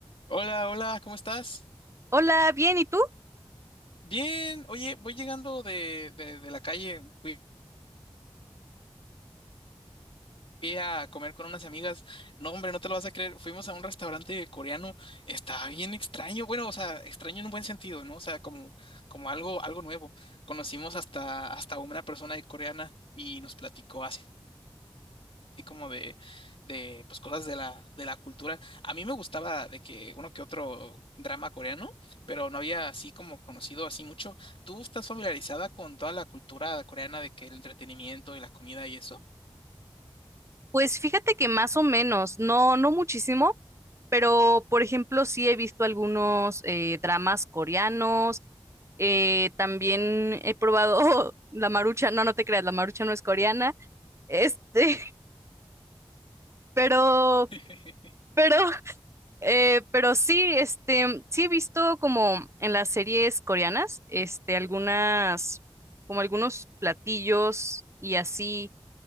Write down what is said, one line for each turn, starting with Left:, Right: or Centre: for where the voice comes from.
Left: Hola, hola, ¿cómo estás?
Right: Hola, bien, ¿y tú?
Left: Bien, oye, voy llegando de, de, de la calle, fui fui a comer con unas amigas. No, hombre, no te lo vas a creer, fuimos a un restaurante coreano, está bien extraño, bueno, o sea, extraño en un buen sentido, ¿no? O sea, como, como algo, algo nuevo. Conocimos hasta, hasta una persona de coreana y nos platicó así así como de, de pues cosas de la, de la cultura. A mí me gustaba de que uno que otro drama coreano, pero no había así como conocido así mucho. ¿Tú estás familiarizada con toda la cultura coreana de que el entretenimiento y la comida y eso?
Right: Pues fíjate que más o menos, no, no muchísimo, pero por ejemplo sí he visto algunos eh, dramas coreanos, eh, también he probado <laughs> la marucha, no, no te creas, la marucha no es coreana, este, <laughs> pero,
Left: <laughs>
Right: pero, eh, pero sí, este, sí he visto como en las series coreanas, este, algunas, como algunos platillos y así.